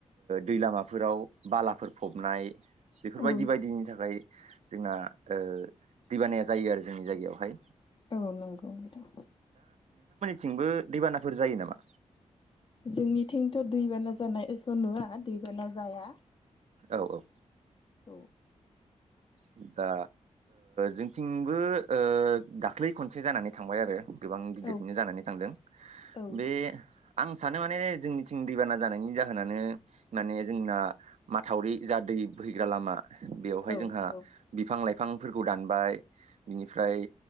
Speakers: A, on the right; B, on the left.
A: दै लामाफोराव बालाफोर फबनाय बेफोरबायदि
B: औ
A: बायदिनि थाखाय जोंना ओ दैबानाया जायो आरो जोंनि जायगायावहाय।
B: औ नंगौ नोंथां।
A: थिंबो दैबानाफोर जायो नामा?
B: जोंनिथिंथ दैबाना जानायखौ नुवा दैबाना जाया।
A: औ औ
B: औ
A: ओ ओ दा जोंथिंबो ओ दाख्लै खनसे जानानै थांबाय आरो। गोबां गिदिरैनो
B: औ
A: जानानै थांदों
B: औ
A: बे आं सानो माने जोंनिथिं दैबाना जानायनि जाहोनानो माने जोंना माथावरि जा दै बोहैग्रा लामा बेवहाय
B: औ
A: जोंहा बिफां लाइफांफोरखौ दानबाय बिनिफ्राय